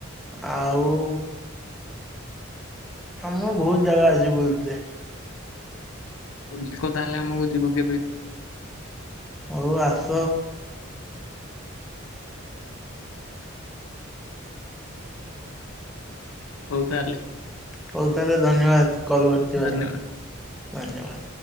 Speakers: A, in the centre; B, on the left.
A: ଆଉ। ଆମର ବୋହୁତ ଜାଗା ଅଛି ବୁଲତେ।
B: ଡାକ ତାହେଲେ ଆମକୁ ଯିବୁ କେବେ।
A: ହଉ ଆସ।
B: ହଉ ତାଏଲେ।
A: ହଉ ତାହେଲେ ଧନ୍ୟବାଦ କଲ କରିଥିବାରୁ
B: ଧନ୍ୟବାଦ।
A: ଧନ୍ୟବାଦ।